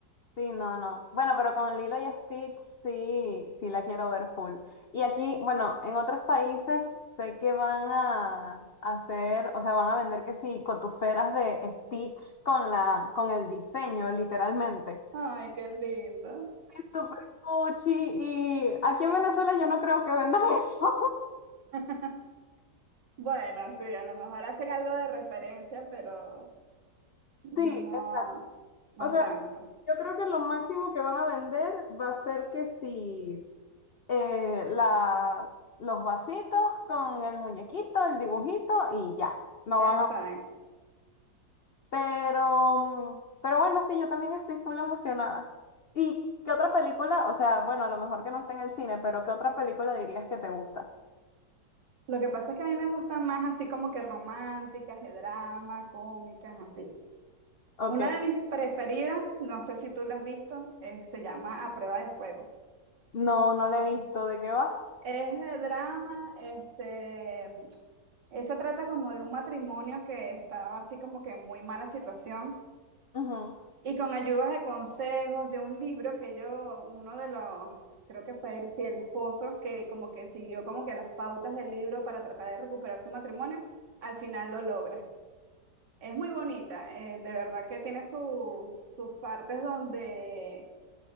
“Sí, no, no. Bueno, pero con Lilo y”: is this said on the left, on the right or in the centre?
Left